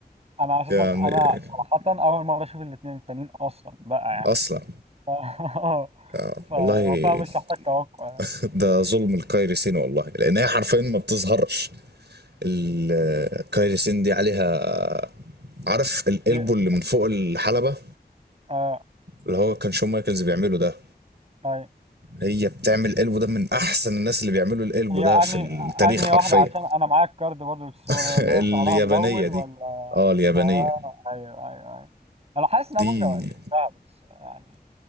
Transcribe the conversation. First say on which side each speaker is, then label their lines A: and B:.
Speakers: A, on the right (about 35°); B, on the right (about 85°).
A: انا اساسا
B: يعني
A: انا صراحه اول مره اشوف الاثنين التانيين اصلا بقى يعني
B: اصلا
A: ف <laughs> اه
B: آه.
A: ف
B: والله
A: فاهم مش محتاج توقع يعني
B: <laughs> ده ظلم لكايري سين والله لان هي حرفيا ما بتظهرش ال- كايري سين دي عليها عارف القلبو
A: هي
B: اللي من فوق الحلبة
A: آه
B: اللي هو كان شون مايكلز بيعمله ده
A: هي
B: هي بتعمل قلبو ده من احسن الناس اللي بيعملوا القلبو
A: هي
B: ده في
A: انهي
B: التاريخ
A: انهي
B: حرفيا
A: واحده عشان انا معايا الكارد برضه بالصور
B: <laughs>
A: هي اللي
B: اليابانية
A: هي شعرها ملون
B: دي
A: ولا
B: اه اليابانية
A: اه ايوه ايوه ايوه انا حاسس ان
B: دي
A: انا ممكن ابقى شفتها بس يعني